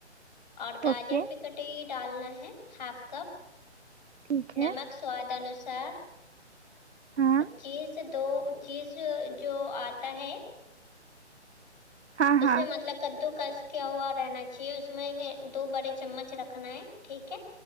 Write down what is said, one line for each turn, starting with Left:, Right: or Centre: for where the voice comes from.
Left: اور گاجر
Right: اوکے
Left: بھی کٹی ڈالنا ہے ہاف کپ
Right: ٹھیک ہے
Left: نمک سواد انوسار
Right: ہاں
Left: چیز دو چیز جو آتا ہے
Right: ہاں
Left: اس
Right: ہاں
Left: سے مطلب کدو کس کوا رہنا چاہیے اس میں دو بڑے چمچ رکھنا ہے ٹھیک ہے